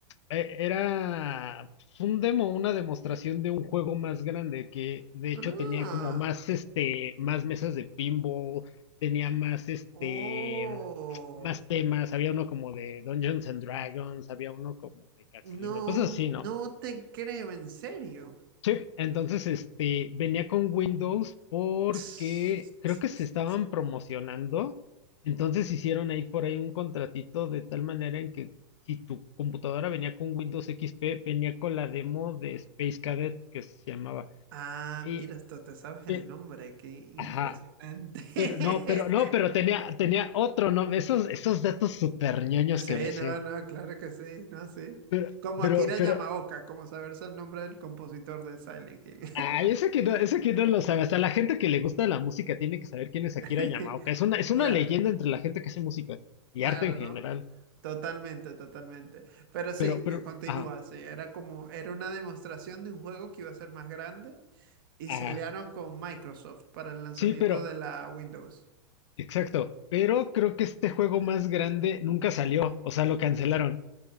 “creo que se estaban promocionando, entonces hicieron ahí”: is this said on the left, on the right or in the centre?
Left